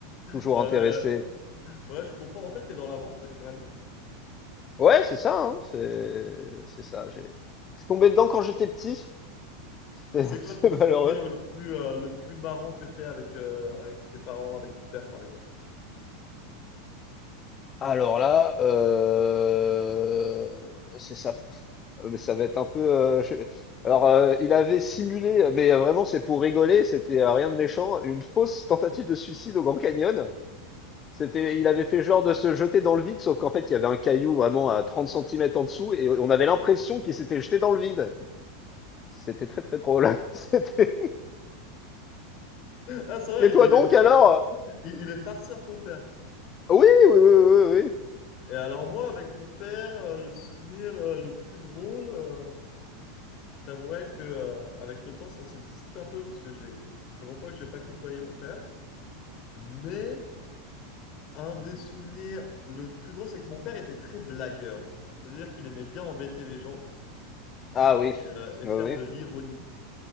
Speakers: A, on the left; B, on the left.
A: Toujours
B: Bah
A: intéressé.
B: ouais, ouais, ouais, je comprends. En fait, t'es dans la vente naturellement.
A: Ouais, c'est ça, hein, c'est c'est ça. J'ai, je suis tombé dedans quand j'étais petit. C'est
B: Et c'est
A: <laughs>
B: quoi
A: c'est
B: ton souvenir
A: malheureux.
B: le plus euh, le plus marrant que t'aies avec euh, avec tes parents, avec ton père par exemple?
A: Alors là, euh, c'est ça. <laughs> Euh, Mais ça va être un peu. euh, je- Alors, euh, il avait simulé, mais euh, vraiment, c'est pour rigoler. C'était euh, rien de méchant. Une fausse tentative de suicide au Grand Canyon. C'était, il avait fait genre de se jeter dans le vide, sauf qu'en fait, il y avait un caillou vraiment à 30 centimètres en dessous et on avait l'impression qu'il s'était jeté dans le vide. C'était très très drôle. <laughs> C'était...
B: Ah ça va,
A: Et
B: il,
A: toi
B: il
A: donc
B: est fa-
A: alors?
B: il, il est farceur ton père.
A: Oui, oui, oui, oui, oui. oui.
B: Et alors moi avec mon père, euh, le souvenir euh, le plus drôle. euh, Je t'avouerais que, euh, avec le temps, ça se dissipe un peu parce que j'ai, ça fait longtemps que j'ai pas côtoyé mon père. Mais un des souvenirs le plus drôle, c'est que mon père était très blagueur. C'est-à-dire qu'il aimait bien embêter les gens
A: Ah oui,
B: et, euh, et
A: oui, oui.
B: faire de l'ironie.